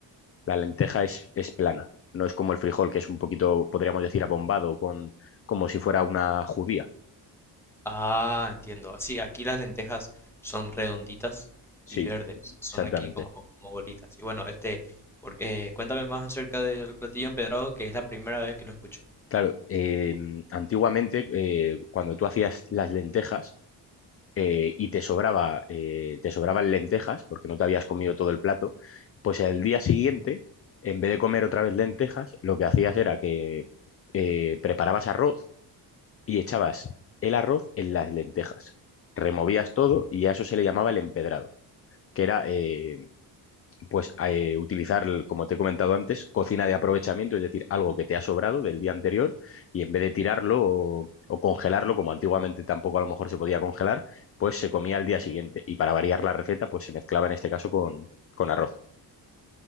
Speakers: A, on the left; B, in the centre.
A: La lenteja es, es plana, no es como el frijol, que es un poquito, podríamos decir, abombado, con, como si fuera una judía.
B: Ah, entiendo. Sí, aquí las lentejas son redonditas
A: Sí,
B: y verdes. Son
A: exactamente.
B: aquí como, como bolitas. Y bueno, este, porque, eh, cuéntame más acerca del platillo empedrado, que es la primera vez que lo escucho.
A: Claro, eh, antiguamente, eh, cuando tú hacías las lentejas eh, y te sobraba, eh, te sobraban lentejas, porque no te habías comido todo el plato, pues al día siguiente, en vez de comer otra vez lentejas, lo que hacías era que eh, preparabas arroz y echabas el arroz en las lentejas. Removías todo y a eso se le llamaba el empedrado. que era eh, pues eh, utilizar, el- como te he comentado antes, cocina de aprovechamiento, es decir, algo que te ha sobrado del día anterior y en vez de tirarlo o, o congelarlo, como antiguamente tampoco a lo mejor se podía congelar, pues se comía al día siguiente y para variar la receta pues se mezclaba en este caso con, con arroz.